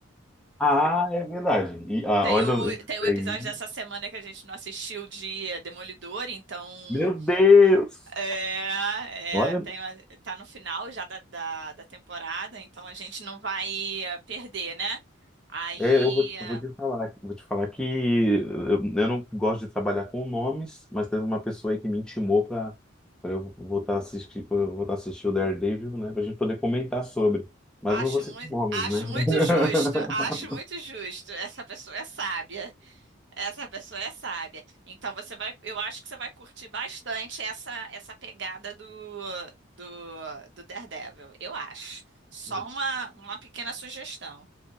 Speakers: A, in the centre; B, on the right (about 60°).
A: Ah, é verdade. E, ah,
B: Tem
A: olha
B: o,
A: isso
B: tem o
A: aí.
B: episódio dessa semana que a gente não assistiu de Demolidor, então
A: Meu Deus!
B: é,
A: Olha.
B: é, tem, a- tá no final já da, da, da temporada, então a gente não vai eh, perder, né? Aí
A: É, eu vou,
B: eh,
A: eu vou te falar, vou te falar que eu, eu não gosto de trabalhar com nomes, mas teve uma pessoa aí que me intimou para eu voltar a assistir, pra eu voltar a assistir o Daredevil, né, para a gente poder comentar sobre. Mas
B: acho
A: eu não vou citar
B: muito,
A: nomes,
B: acho
A: né? <laughs>
B: muito justo, acho muito justo. Essa pessoa é sábia. Essa pessoa é sábia. Então você vai, eu acho que você vai curtir bastante essa essa pegada do do, do Daredevil, eu acho. Só
A: Não.
B: uma uma pequena sugestão.